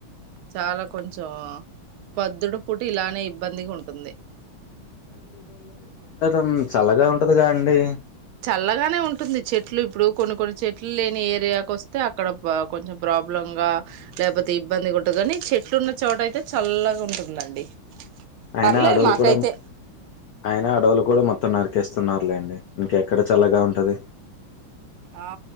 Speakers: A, on the right; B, on the left.
A: చాలా కొంచెం పొద్దుడు పుట్ ఇలానే ఇబ్బందిగా ఉంటుంది
B: మం చల్లగా ఉంటుందిగా అండి
A: చల్లగానే ఉంటుంది చెట్లు ఇప్పుడు కొన్ని కొన్ని చెట్లు లేని ఏరియాకు వస్తే అక్కడ కొంచెం ప్రాబ్ లంగా లేకపోతే ఇబ్బంది కూడా కాని చెట్లున్న చోట అయితే చల్లగా ఉంటుందండి
B: అయినా
A: పర్లేదు
B: అడవులు
A: మాకైతే
B: కూడా అయిన అడవులు కూడా మొత్తం నరికేస్తున్నారులేండి ఇంకాెక్కడ చాలాగా ఉంటుంది
A: ఆ